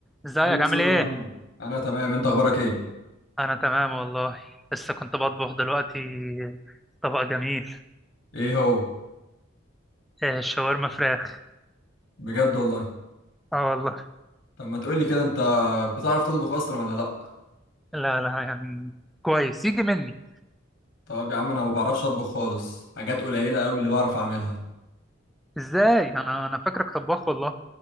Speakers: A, in the centre; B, on the left (about 70°).
A: ازيك
B: ايه يا
A: عامل
B: سلام
A: ايه؟
B: عامل ايه؟ انا تمام انت اخبارك ايه؟
A: انا تمام والله لسه كنت بطبخ دلوقتي طبق جميل
B: ايه هو؟
A: آه، شاورما فراخ
B: بجد والله
A: اه والله
B: طب ما تقولي كده انت بتعرف تطبخ اصلا ولا لا؟
A: لا لا يعني كويس يجي مني
B: طب يا عم انا ما بعرفش اطبخ خالص حاجات قليلة قوي اللي بعرف اعملها
A: ازاي انا انا فاكرك طباخ والله